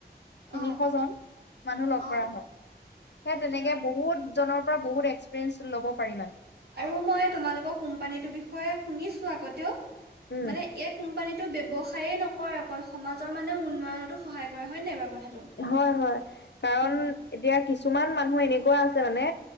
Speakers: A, on the left; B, on the right.
A: তিনিশজন
B: অ
A: মানুহ লগ
B: অ অ
A: কৰা হয়। সেই
B: সেইটোৱে
A: তেনেকে
B: অ
A: বহুত জনৰ পৰা বহুত এক্সপিৰিয়েঞ্চ ল'ব পাৰি মানে।
B: আৰু মই তোমালোকৰ কোম্পানীটোৰ বিষয়ে শুনিছো আগতেও
A: উম
B: মানে এক কোম্পানীটো ব্যৱসায়ে নকৰে, অকল সমাজৰ মানে উন্নয়নতো সহায় কৰা হয় নে এই বাৰু কথাটো?
A: হয় হয়। কাৰণ
B: অ
A: এতিয়া কিছুমান মানুহ এনেকুৱা আছে মানে